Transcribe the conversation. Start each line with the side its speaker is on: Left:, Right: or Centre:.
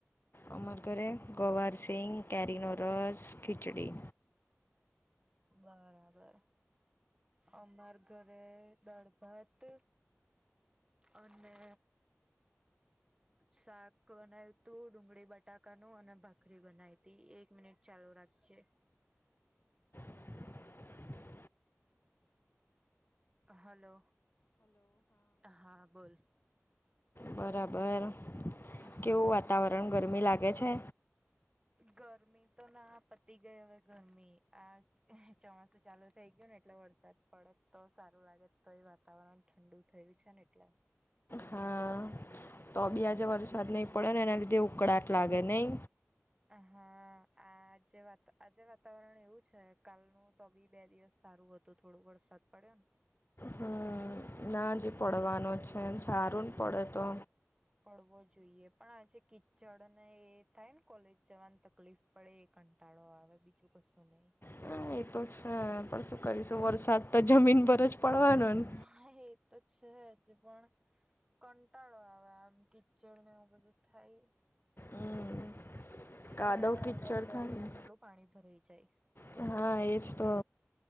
Left: અમા ઘરે ગવાર સિં કરીિનોરસ ખીચડી
Right: બરાબર અમાર ઘરે દળભત અને શાક બનાવ તું ડુંગળી બટાકાનું અને ભાખરી બનાવીતી એક મિનિટ ચાલો રાખજે
Left: <unintelligible>
Right: હાલો હા બોલ
Left: બરાબર
Right: હા
Left: કેવું વાતાવરણ ગરમી લાગે છે
Right: ગરમી તો ના પતી ગઈ હવે ગરમી આ ચોમાસું ચાલુ થઇ ગયું ને એટલે વરસાદ પડે તો સારું લાગે તો એ વાતાવરણ ઠંડુ થયું છે ને એટલે
Left: હા તો બી
Right: હમ
Left: આજે વરસાદ નહીં પડે ને એના લીધે ઉકળાટ લાગે નહી
Right: હા આજે વાત આજે વાતાવરણ એવું છે કાલનું તો બી બે દિવસ સારું હતું તો થોડો વરસાદ પડ્યો ને.
Left: હ. નાજી પડવાનું જ છે, સારું ન પડે તો
Right: પડવો જોઈએ પણ આજે કીચડ ને એ થાય કોલેજ જવાની તકલીફ પડે એ કંટાળો આવે બીજું કશું નહી
Left: હા, એ તો જ ને પણ શું કરીશું વરસાદ તો જમીન પર જ પડવાનો ને
Right: હ એ તો છે જ પણ કંટાળો આવે આમ કીચડ ને એવું બધું થાય
Left: હમ
Right: અને
Left: કાદવ
Right: હવે આપડા
Left: પિક્ચર
Right: બધા એરિયામાં
Left: થાય
Right: તો કેટલું પાણી ભરાઈ જાય.
Left: ને હા એજ તો